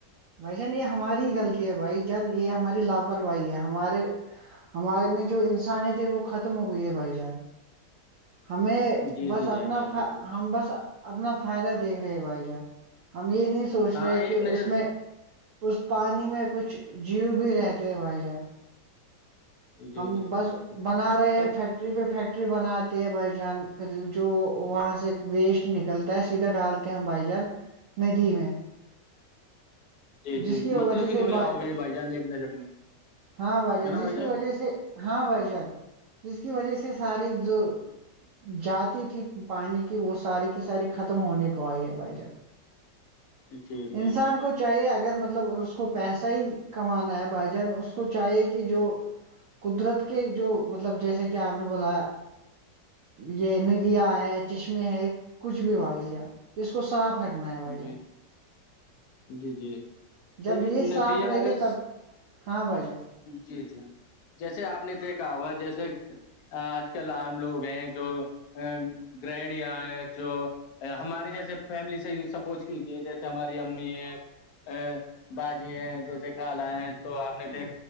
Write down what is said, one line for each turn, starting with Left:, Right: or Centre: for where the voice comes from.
Right: بھائی جان یہ ہماری غلطی ہے بھائی جان یہ ہماری لاپرواہی ہے ہمارے ہمارے میں جو انسانیت ہے وہ ختم ہو گئی ہے بھائی جان ہمیں
Left: جی
Right: بس
Left: جی بھائی
Right: اپنا
Left: جان بالکل
Right: ہم بس اپنا فائدہ دیکھ رہے بھائی جان ہم یہ نہیں سوچ
Left: ہاں
Right: رہے
Left: ایک
Right: کہ
Left: نظر
Right: اس میں اس پانی میں کچھ جیو بھی رہتے ہے بھائی جان
Left: جی
Right: ہم
Left: جی
Right: بس
Left: جی
Right: بنا رہے ہیں
Left: اب
Right: فیکٹری پہ فیکٹری بناتے ہیں بھائی جان پھر جو وہاں سے ویسٹ نکلتا ہے سیدھا ڈالتے ہیں ہم بھائی جان ندی میں
Left: جی
Right: جس
Left: جی
Right: کی وجہ
Left: مطلب ہی
Right: سے
Left: دنیا
Right: ب
Left: ہو گئی بھائی جان ایک نظر میں
Right: ہاں بائیجان
Left: ہے نا
Right: جس
Left: بھائی
Right: کی
Left: جان
Right: وجہ سے ہاں بھائی جان جس کی وجہ سے ساری جو جاتی تھی پانی کی وہ ساری کی ساری ختم ہونے کو آئی ہے بھ جان
Left: جی جی
Right: انسان
Left: جی
Right: کو <unintelligible> چاہیے اگر مطلب اس کو پیسہ ہی کمانا ہے بھائی جان اس کو چاہیے کہ جو قدرت کے جو مطلب جیسے کہ آپ نے بولا یہ ندیاں ہے چشمے ہے کچھ بھی ہوا اس جان ج کو صاف رکھنا ہے بھائی جان
Left: جی جی جی دیکھیے
Right: جب یہ
Left: ندیاں
Right: صاف رہے
Left: اگر
Right: گے تب ہاں بھ جا
Left: جی جی جیسے آپ نے دیکھا ہوگا جیسے آج کل عام لوگ ہیں جو ا گرہنیا ہیں جو ہماری جیسے فیملی سےحی سپوٹ کیجیے جی ہماری امی ہے باجی ہے جیسے کھا لا ہیں تو آپ نے دیکھ